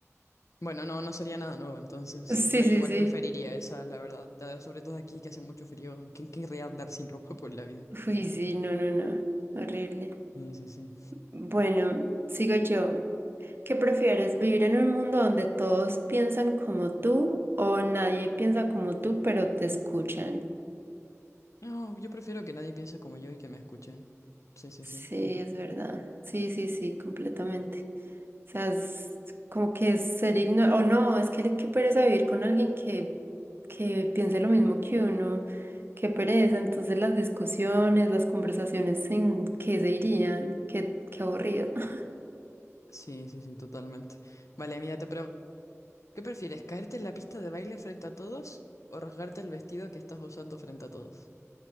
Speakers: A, on the left; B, on the right.
A: Bueno, no, no sería nada nuevo entonces.
B: Sí,
A: No,
B: sí,
A: yo igual
B: sí.
A: preferiría esa, la verdad. Te- Sobre todo aquí que hace mucho frío. ¿Quién querría andar sin ropa por la vida?
B: Uy, sí, no, no, no. Horrible.
A: Sí, sí, sí.
B: Bueno, sigo yo. ¿Qué prefieres, vivir en un mundo donde todos piensan como tú o nadie piensa como tú, pero te escuchan?
A: No, yo prefiero que nadie piense como yo y que me escuchen. Sí, sí,
B: Sí,
A: sí. ¿Y tú?
B: es verdad. Sí, sí, sí, completamente. o sea, es como que ser ignorante, o no, es que qué pereza vivir con alguien que, que piense lo mismo que uno, qué pereza, entonces las discusiones, las conversaciones en qué se irían, qué, qué aburrido. <laughs>
A: Sí, sí, sí, totalmente. Vale, mira, te pregunto, ¿qué prefieres, caerte en la pista de baile frente a todos o rasgarte el vestido que estás usando frente a todos?